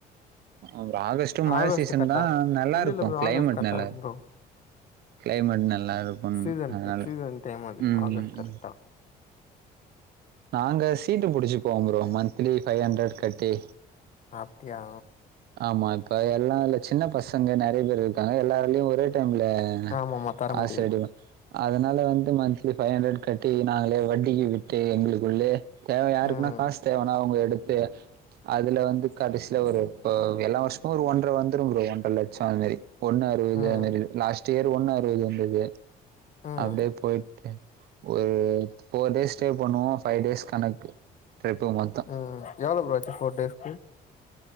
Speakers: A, on the right; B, on the left.
A: அப்ற ஆகஸ்டு மழ
B: ஆகஸ்ட்
A: சீசன்தா
B: கரெக்டா
A: நல்லாருக்கு
B: இல்ல இல்ல ப்ரோ
A: கிளைமேட்
B: ஆகஸ்ட் கரெக்டா
A: நல்லா
B: இருக்கும் ப்ரோ
A: கிளைமேட் நல்லாருக்குன்
B: சீசன்
A: அதனால
B: டை சீசன் டைம் அது
A: ம்
B: ஆகஸ்ட்
A: ம்
B: கரெக்டா
A: ம் நாங்க சீட்டு புடிச்சிப்போ ப்ரோ மந்த்த்லி ஃபைவ் ஹண்ட்ரட் கட்டி
B: அப்டியா
A: ஆமா இப்ப எல்லா இதுல சின்ன பசங்க நெறைய பேர் இருக்காங்க எல்லாரையு ஒரே டைம்ல ம்
B: ஆமாமா தர
A: காசு
B: முடியாது
A: எதுவு அதனால வந்து மந்த்லி ஃபைவ் ஹண்ட்ரட் கட்டி நாங்களே வட்டிக்கு விட்டு எங்களுக்குள்ளே தேவை யாருக்குன்னா
B: ம்
A: காசு தேவைன்னா அவங்க எடுத்து அதுல வந்து கடைசியில ஒரு எல்லா வருஷமுமஒரு ஒன்ர ப்ரோ ஒன்றர லட்ச அதுமாரி ஒண்ணு அறுபது
B: ம்
A: அந்த லாஸ்ட் இயர் ஒண்ணு அறுவது இருந்தது
B: ம்
A: அப்டியே போயி ஒரு போர்டேஸ் ஸ்டே பண்ணுவோ ஃபைவ் டேஸ் கணக்கு டூ மந்த்தா
B: ம் எவ்வளோ ப்ரோ ஆச்சு போர் டேஸ்க்கு